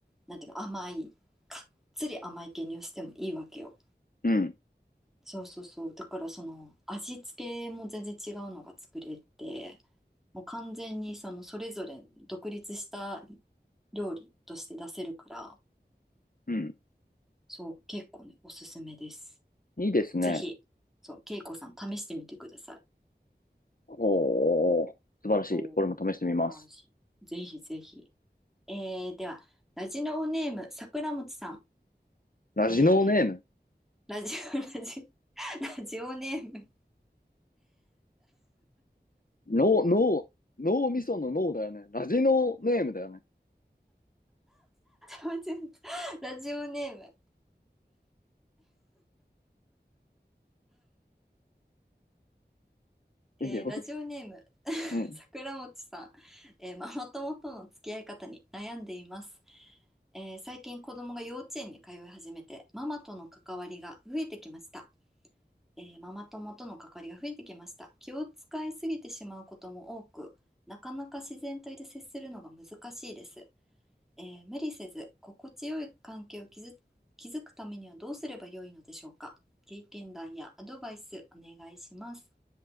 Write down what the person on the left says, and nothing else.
うん。
うん。
いいですね。
ほう素晴らしい。
俺も試してみます。
ラジノーネーム。
ノー、ノー、脳みその脳だよね。ラジノーネームだよね。
いいよ。
うん。